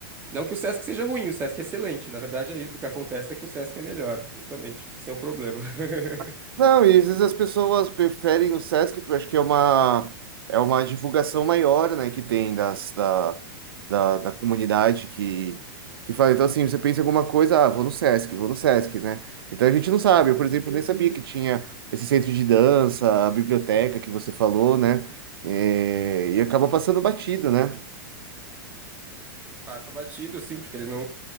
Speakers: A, on the right; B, on the right.
A: Não que o Sesc seja ruim, o Sesc é excelente. Na verdade, aí o que acontece é que o Sesc é melhor, justamente. Esse é o problema. <laughs>
B: <laughs> Não, e às vezes as pessoas preferem o Sesc, porque eu acho que é uma, é uma divulgação maior, né, que tem das, da, da, da comunidade que, que fala. Então, assim, você pensa em alguma coisa, ah, vou no Sesc, vou no Sesc, né? Então a gente não sabe. Eu, por exemplo, nem sabia que tinha esse centro de dança, a biblioteca que você falou, né? É, e acaba passando batido, né?
A: Passa batido, sim, porque eles não,